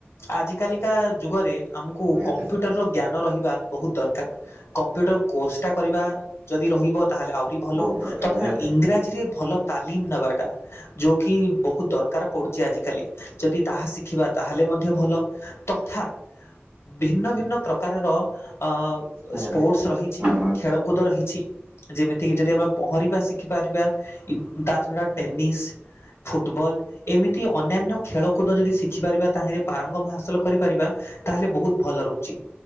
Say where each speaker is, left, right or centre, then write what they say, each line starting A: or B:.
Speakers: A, on the left; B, on the right.
A: ଆଜ କାଲିକା ଯୁଗରେ ଆମକୁ
B: ନିହାତି
A: କମ୍ପ୍ୟୁଟର
B: ନିହାତି।
A: ର ଜ୍ଞାନ ରହିବା ବହୁତ ଦରକାର। କମ୍ପ୍ୟୁଟର କୋର୍ସଟା କରିବା ଯଦି ରହିବ ତାହେଲେ ଆହୁରି ଭଲ।
B: ବହୁତ ଦରକାର
A: ତଥା
B: ନିହାତି
A: ଇଂରାଜୀ ଜି ରେ ଭଲ ତାଲିମ ନବାଟା, ଯୋଉକି ବହୁତ୍ ଦରକାର୍ ପଡୁଛି ଆଜି କାଲି ଯଦି ତାହା ଶିଖିବା ତାହେଲେ ମଧ୍ୟ ଭଲ। ତଥା ଭିନ୍ନ ଭିନ୍ନ ପ୍ରକାରର ଅ
B: ନିହାତି।
A: ସ୍ପୋର୍ଟସ୍ ରହିଛି।
B: ହୁଁ ହୁଁ
A: ଖେଳକୁଦ ରହିଛି। ଯେମିତିକି ଯଦି ଆମେ ପହଁରିବା ଶିଖିପାରିବା ତା ଛଡ଼ା ଟେନିସ୍ ଫୁଟବଲ୍ ଏମିତି ଅନ୍ୟାନ୍ୟ ଖେଳ କୁଦ ଯଦି ଶିଖିପାରିବା ତାହେଲେ ପାରଙ୍ଗମ ହାସଲ କରିପାରିବା। ତାହେଲେ ବହୁତ ଭଲ ରହୁଛି।